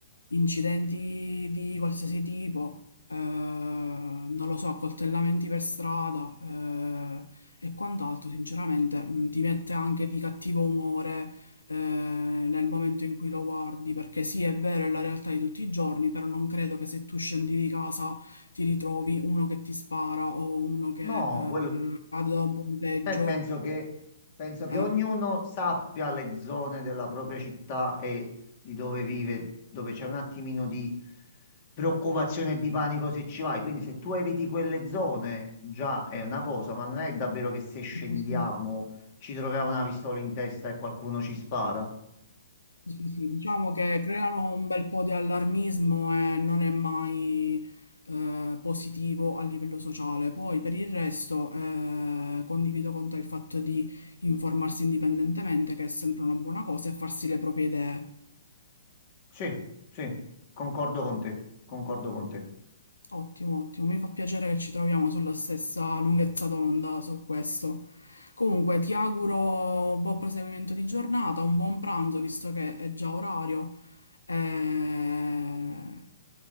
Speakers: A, on the left (about 85°); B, on the left (about 45°).
A: incidenti di qualsiasi tipo, eh, non lo so, accoltellamenti per strada, eh, e quant'altro, sinceramente, mh, ti mette anche di cattivo umore, eh, nel momento in cui lo guardi, perché sì, è vero, è la realtà di tutti i giorni, però non credo che se tu scendi di casa ti ritrovi uno che ti spara o uno che
B: No,
A: ehm,
B: quello
A: cade da un ponteggio.
B: Eh, penso che, penso che
A: Eh,
B: ognuno sappia le zone della propria città e di dove vive, dove c'è un attimino di preoccupazione e di panico se ci vai. Quindi se tu eviti quelle zone già è una cosa, ma non è davvero che se scendiamo
A: sì, sì, sì.
B: ci troviamo una pistola in testa e qualcuno ci spara.
A: Sì, sì, sì. Diciamo che creano un bel po' di allarmismo e non è mai eh, positivo a livello sociale. Poi per il resto eh, condivido con te il fatto di informarsi indipendentemente, che è sempre una buona cosa, e farsi le proprie idee.
B: Sì, sì, concordo con te, concordo con te.
A: Ottimo, ottimo, mi fa piacere che ci troviamo sulla stessa lunghezza d'onda su questo. Comunque, ti auguro un buon proseguimento di giornata, un buon pranzo, visto che è già orario. E...